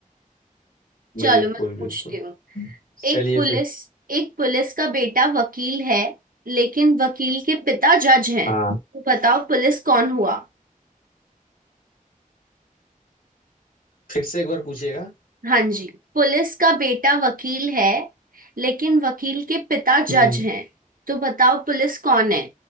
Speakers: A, on the right; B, on the left.
A: चलो
B: बिल्कुल
A: मैं
B: बिल्कुल
A: पूछती हूँ एक
B: चलिए
A: पुलिस
B: फिर
A: एक पुलिस का बेटा वकील है लेकिन वकील के पिता जज हैं
B: हाँ
A: तो बताओ पुलिस कौन हुआ
B: फिर से एक बार पूछिएगा
A: हाँ जी पुलिस का बेटा वकील है लेकिन वकील के पिता
B: हम्म
A: जज हैं तो बताओ पुलिस कौन है